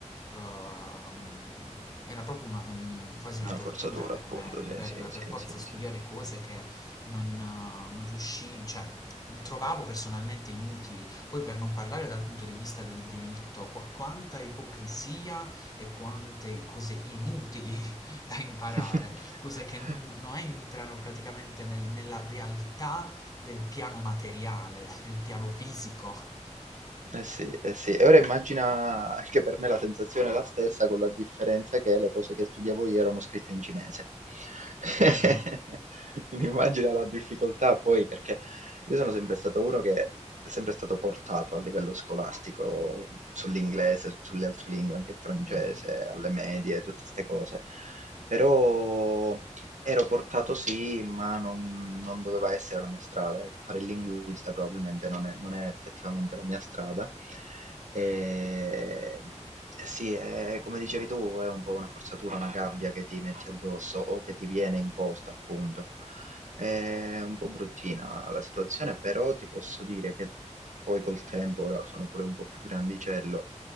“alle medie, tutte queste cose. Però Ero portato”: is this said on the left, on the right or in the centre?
Right